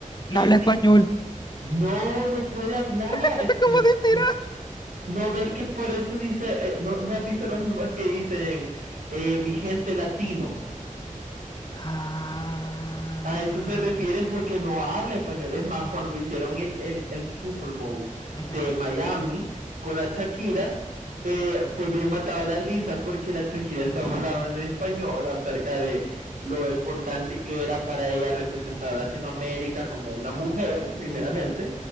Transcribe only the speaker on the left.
No
habla
español.
Es
como si tira-
Ah.
ujú,
ujú.